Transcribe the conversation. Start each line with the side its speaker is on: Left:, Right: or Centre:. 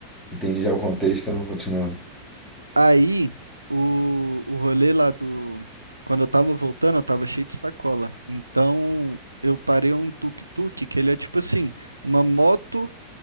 Centre: entendi já o contexto, eu não continuo.
Right: Aí, o, o rolê lá do. Quando eu tava voltando, eu tava cheio de sacola. Então, eu parei um tuk-tuk, que ele é tipo assim, uma moto,